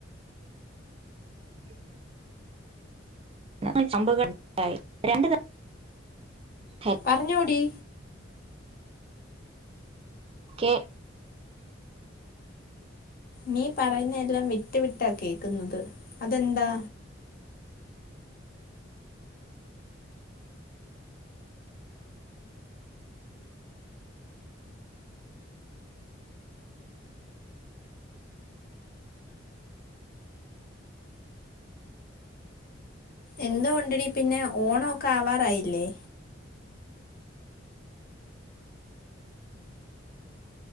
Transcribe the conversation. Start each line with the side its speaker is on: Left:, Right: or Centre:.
Right: <inaudible> <unintelligible> കട്ടായി രണ്ട് തവണ
Left: പറഞ്ഞോടി
Right: കേ
Left: നീ പറയുന്ന എല്ലാം വിട്ടു വിട്ടാ കേക്കുന്നത് അതെന്താ എന്തോ കൊണ്ടടി പിന്നെ ഓണം ഒക്കെ ആവാറായില്ലേ